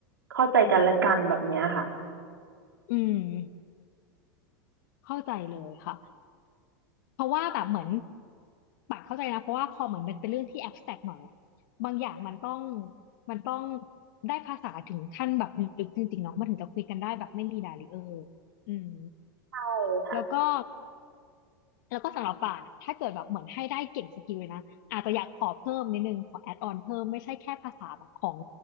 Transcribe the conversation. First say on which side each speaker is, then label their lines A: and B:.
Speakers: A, on the right; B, on the left.
A: เข้าใจกันและกันแบบเนี้ยค่ะ
B: อืมเข้าใจเลยค่ะ เพราะว่าแบบเหมือนป่านเข้าใจนะเพราะว่าพอเหมือนมันเป็นเรื่องที่แอบแตรกหน่อยอะบางอย่างมันต้องมันต้องได้ภาษาถึงขั้นแบบลึกจริงๆเนาะมันถึงจะคุยกันได้แบบไม่มีดาริเออร์อืม
A: ใช่ค่ะ
B: แล้วก็แล้วก็สำหรับป่านอะถ้าเกิดแบบเหมือนให้ได้เก่งสกิลเลยนะอาจจะอยากขอเพิ่มนิดนึงขอแอดออนเพิ่มไม่ใช่แค่ภาษาแบบของ